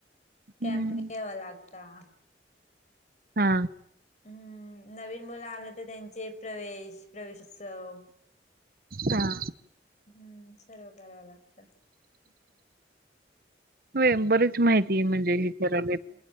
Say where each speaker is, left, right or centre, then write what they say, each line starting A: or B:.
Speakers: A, on the left (about 40°); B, on the right (about 55°).
A: केॅम्प
B: हं.
A: घेवा लागता.
B: हा.
A: हम्म, नवीन मुलं आले ते त्यांचे प्रवेश प्रवेशोत्सव
B: हां.
A: हम्म, सर्व कराव लागतं.
B: होय, बरीच माहिती आहे म्हणजे हे रा